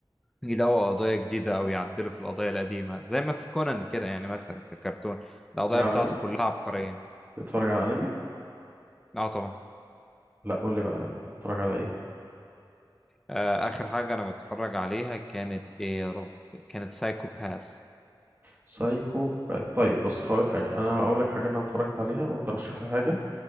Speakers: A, in the centre; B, on the right (about 25°).
A: يلاقوا قضايا جديدة أو يعدلوا في القضايا القديمة زي ما في كونان كده يعني مثلا ككرتون القضايا
B: بتتفرج على
A: بتاعته
B: انمي
A: كلها عبقرية
B: بتتفرج على انمي
A: اه طبعا
B: لا قول لي بقى بتتفرج على ايه
A: آه آخر حاجة أنا بتفرج عليها كانت إيه يا رب كانت سايكو باس
B: سايكو طيب بص هقول لك حاجه انا هقول لك حاجه انا اتفرجت عليها وانت رشح لي حاجه